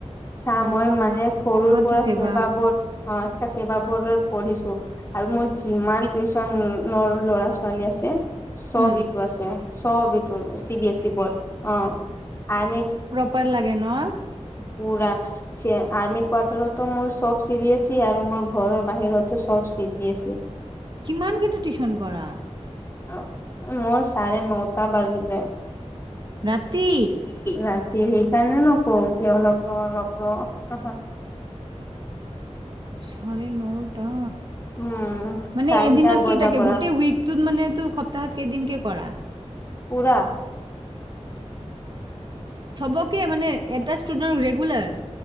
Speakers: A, on the left; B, on the right.
A: চা
B: অ',
A: মই মানে সৰুৰ
B: আমাৰতো
A: পৰা
B: ছেবা।
A: চেবা বৰ্ড অ চেবা বৰ্ডত পঢ়িছো। আৰু মোৰ যিমান টিউচন ৰ ল'ৰা ছোৱালী আছে চব
B: উম,
A: ইটো আছে। চব ইটো C B S E board অ আমি
B: পাৰ লাগে ন?
A: পুৰা চিয়া আৰ্মি কোৱাৰাৰ্টাৰতো মোৰ চব চি বি এছ ই আৰু মোৰ ঘৰৰ বাহিৰতো চব চি বি এছ ই। <unintelligible>
B: কিমান কেইটো টিউচন কৰা?
A: অ মোৰ চাৰে নটা বাজি যায়।
B: ৰাতি?
A: ৰাতি সেইকাৰণে নকওঁ কিয় অলপ ৰ অলপ ৰ
B: চাৰে নটা
A: উম
B: মানে
A: চাৰিটা
B: এদিনত
A: বজাৰ
B: কেইটাকে
A: পৰা
B: গোটেই উইকটোত মানে তোৰ সপ্তাহত কেইদিন কে কৰা?
A: পূৰা।
B: চবকে মানে এটা ষ্টুডেণ্ট ৰেগুলাৰ?